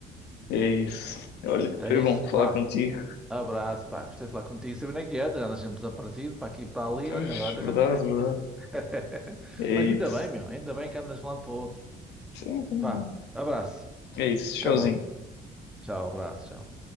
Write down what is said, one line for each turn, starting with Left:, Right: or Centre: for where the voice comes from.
Left: É isso. Olha,
Centre: Então
Left: foi
Centre: É
Left: bom
Centre: isso,
Left: falar
Centre: vá.
Left: contigo.
Centre: Abraço, pá. Gostei de falar contigo. Sabia nem que andas. Andas sempre desaparecido, para aqui e para ali.
Left: Pois,
Centre: Olha, agora
Left: verdade,
Centre: já sei.
Left: verdade.
Centre: <laughs>
Left: É
Centre: Mas
Left: isso.
Centre: ainda bem, meu. Ainda bem que andas de um lado para o outro.
Left: Sim, sim,
Centre: Vá. Abraço.
Left: é É isso. Showzinho.
Centre: Até logo. Tchau, abraço. Tchau.